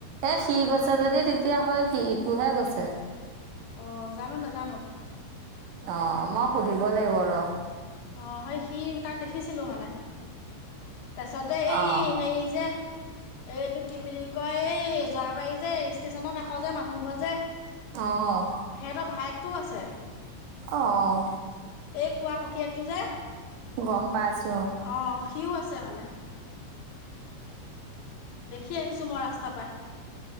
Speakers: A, on the right (about 75°); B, on the left (about 70°).
A: এ সি গৈছে যদি তেতিয়া হয় সি ইটোহে গৈছে।
B: অ' জানো নে জানো।
A: অ' মই সুধিব লাগিব ৰ।
B: অ' সেই সি তাক দেখিছিলো মানে। তাৰছতে এই
A: অ',
B: হেৰি যে। এই এইটো কি বুলি কয় এই যোৱাবাৰি যে ষ্টেচনৰ কাষৰ যে মানুহ ঘৰ। যে সিহঁতৰ
A: অ',
B: ভায়েকটোও আছে।
A: অ',
B: এই খোৱা সখীয়েটো যে।
A: গম পাইছো।
B: অ' সিও আছে মানে। দেখি আহিছো মই ৰাস্তা পাই।